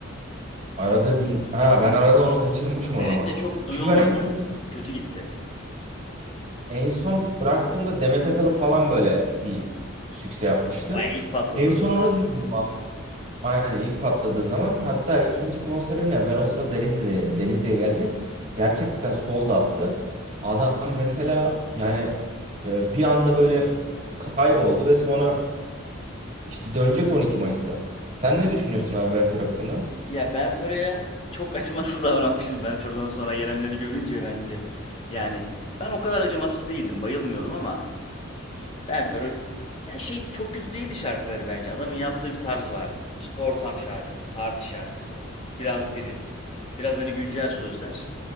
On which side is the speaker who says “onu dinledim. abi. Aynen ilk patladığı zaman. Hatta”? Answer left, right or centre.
Right